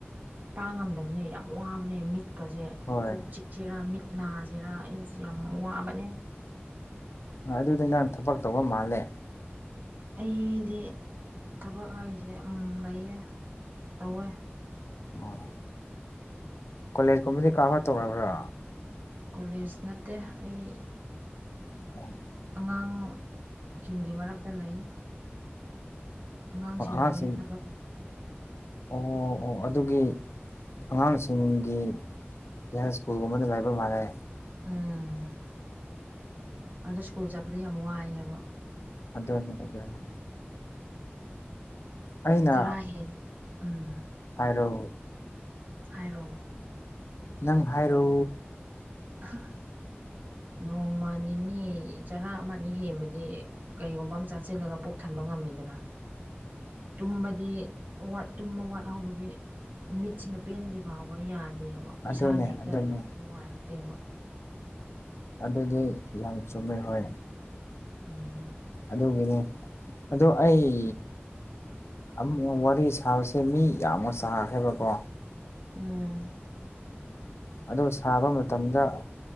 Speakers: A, on the right (about 45°); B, on the left (about 85°).
A: ꯄꯥꯡꯉꯝꯗꯕꯅꯦ ꯌꯥꯝ ꯋꯥꯕꯅꯦ ꯃꯤꯠ ꯀꯁꯦ
B: ꯍꯣꯏ
A: ꯀꯣꯛ ꯆꯤꯛꯁꯦꯔꯥ ꯃꯤꯠ ꯅꯥꯁꯦꯔꯥ ꯑꯦꯁ ꯌꯥꯝ ꯋꯥꯕꯅꯦ꯫
B: ꯑꯗꯨꯗꯤ ꯅꯪ ꯊꯕꯛ ꯇꯧꯕ ꯃꯥꯜꯂꯦ꯫
A: ꯑꯩꯗꯤ ꯊꯕꯛ ꯍꯥꯏꯖꯦ ꯂꯩꯌꯦ ꯇꯧꯋꯦ꯫
B: ꯑꯣ ꯀꯣꯂꯦꯖꯀꯨꯝꯕꯗꯤ ꯀꯔꯕꯥ ꯇꯧꯔꯕ꯭ꯔꯥ
A: ꯀꯣꯂꯦꯖ ꯅꯠꯇꯦ ꯑꯩ
B: <inaudible>
A: ꯑꯉꯥꯡꯁꯤꯡꯒꯤ ꯃꯔꯛꯇ ꯂꯩ꯫ ꯑꯉꯥꯡ
B: ꯑꯉꯥꯡꯁꯤꯡ
A: ꯁꯦꯟꯅꯕꯒꯤ ꯊꯕꯛ꯫
B: ꯑꯣ ꯑꯣ ꯑꯗꯨꯒꯤ ꯑꯉꯥꯡꯁꯤꯡꯒꯤ ꯍꯤꯌꯔ ꯁ꯭ꯀꯨꯜꯒꯒꯨꯝꯕꯗꯥ ꯂꯩꯕꯥ ꯃꯥꯥꯜꯂꯦ꯫
A: ꯎꯝ ꯑꯗ ꯁ꯭ꯀꯨꯜ ꯆꯠꯄꯗ ꯌꯥꯝ ꯋꯥꯏꯌꯦꯕ꯫
B: ꯑꯗꯨꯅꯤ ꯑꯗꯨꯅꯤ꯫ ꯑꯩꯅ
A: ꯆꯔꯥ ꯍꯦꯟ ꯎꯝ
B: ꯍꯥꯏꯔꯣ꯫
A: ꯍꯥꯏꯔꯣ꯫
B: ꯅꯪ ꯍꯥꯏꯔꯣ꯫
A: <unintelligible> ꯅꯣꯡꯃ ꯅꯤꯅꯤ ꯆꯔꯥ ꯑꯃ ꯑꯅꯤ ꯍꯦꯟꯕꯗꯤ ꯀꯩꯒꯨꯝꯕ ꯑꯃ ꯆꯥꯁꯤꯜꯂꯒ ꯄꯨꯛ ꯊꯟꯕ ꯉꯝꯃꯤꯗꯅ
B: <inaudible>
A: ꯇꯨꯝꯕꯗꯤ ꯋꯥꯠ ꯇꯨꯝꯕ ꯋꯥꯠꯍꯧꯕꯗꯤ ꯃꯤꯠꯁꯤꯅ ꯄꯦꯟꯗ꯭ꯔꯤꯕꯥꯎꯕ ꯌꯥꯗꯦꯕ꯫
B: ꯑꯗꯨꯅꯦ
A: ꯏꯁꯥꯅ ꯍꯦꯛꯇ
B: ꯑꯗꯨꯅꯦ
A: ꯅꯨꯡꯉꯥꯏꯔꯛꯇꯦꯕ꯫
B: ꯑꯗꯨꯗꯤ ꯌꯥꯝ ꯆꯨꯝꯃꯦ ꯍꯣꯏ꯫
A: ꯎꯝ꯫
B: ꯑꯗꯨꯒꯤꯅꯤ ꯑꯗꯣ ꯑꯩ ꯑꯃꯨꯛ ꯋꯥꯔꯤ ꯁꯥꯕꯁꯦ ꯃꯤ ꯌꯥꯝꯅ ꯁꯥꯥꯈ꯭ꯔꯦꯕꯀꯣ
A: ꯎꯝ꯫
B: ꯑꯗꯨ ꯁꯥꯕ ꯃꯇꯝꯗ